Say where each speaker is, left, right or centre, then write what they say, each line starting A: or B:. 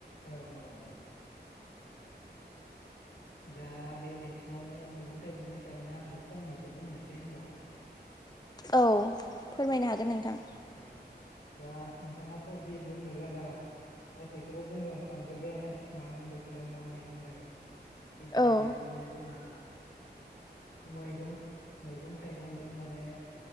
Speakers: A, on the left; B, on the left.
A: औ-औ-औ दा बे बिथिङावनो मैगं थाइगंनि सायावनो आंबो फंनैसो बुंनोसै होनबा
B: औ फोरमायनो हागोन नोंथां
A: औ दा नोंथाङाथ' जि बुंनो लागा गासैखौबो बुंलांफ्लांजोब्बायानो मा बोथोराव मा मैगं गायो थिग
B: औ
A: बेबायदिनो जोंहा मैगं-मैगं थाइगंजों माने